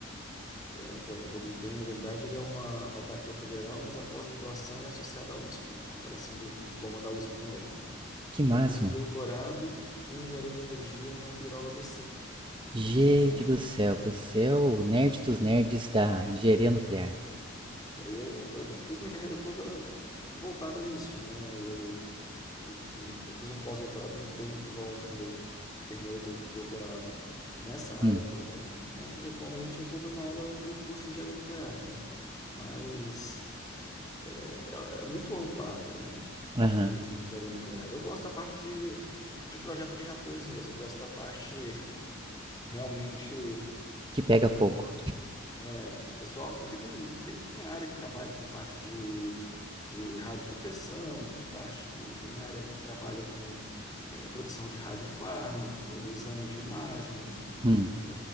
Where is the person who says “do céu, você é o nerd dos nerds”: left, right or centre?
Right